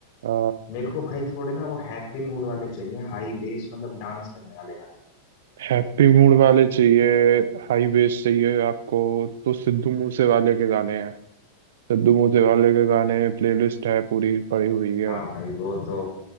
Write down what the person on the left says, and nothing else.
मेरे को भाई थोड़े ना वो हैप्पी मूड वाले चाहिए हाई बेस मतलब डांस करने वाले गाने
हाँ भाई वो तो